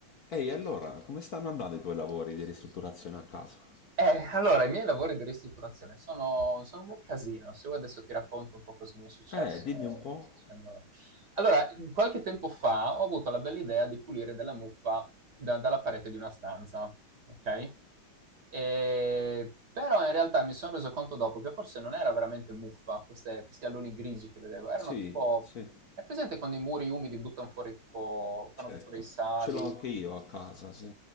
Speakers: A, on the left; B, on the right.
A: Ehi, allora, come stanno andando i tuoi lavori di ristrutturazione a casa?
B: Eh, allora, i miei lavori di ristrutturazione sono, sono un bel casino. Se vuoi adesso ti racconto un po' cosa mi è successo.
A: Eh, dimmi un po'.
B: facendo- Allora, qualche tempo fa ho avuto la bella idea di pulire della muffa da- dalla parete di una stanza, ok? E- Però in realtà mi sono reso conto dopo che forse non era veramente muffa, queste- questi alloni grigi che vedevo, erano
A: Sì,
B: tipo...
A: sì,
B: È presente quando i muri umidi buttano fuori tipo...
A: certo.
B: fanno tipo dei sali?
A: Ce l'ho anche io a casa, sì.